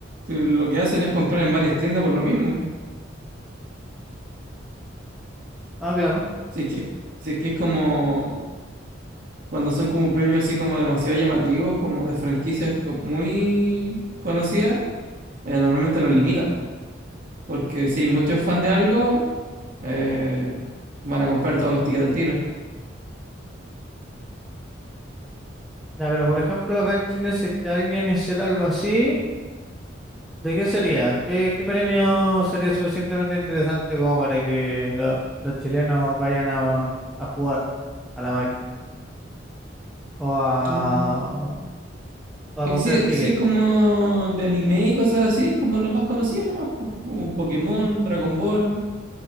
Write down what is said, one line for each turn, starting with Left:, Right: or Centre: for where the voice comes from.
Right: Si Lo que hacen es comprar en varias tiendas por lo mismo.
Centre: Ah, claro.
Right: Si es que, si es que es como cuando son como premios así como demasiado llamativos, como de franquicias co- muy conocidas, eh, normalmente los limitan, porque si hay muchos fans de algo, eh, van a comprar todos los tickets al tiro.
Centre: Ya, pero por ejemplo, acá en Chile, si es que alguien hiciera algo así, ¿de qué sería? ¿Qué, qué premio sería suficientemente interesante como para que lo- los chilenos vayan a, a jugar a la máquina? O a,
Right: Mm,
Centre: o
Right: es
Centre: a comprar
Right: que si,
Centre: tickets.
Right: si es como de anime y cosas así, es como los más conocidos nomás, po- como Pokémon, Dragon Ball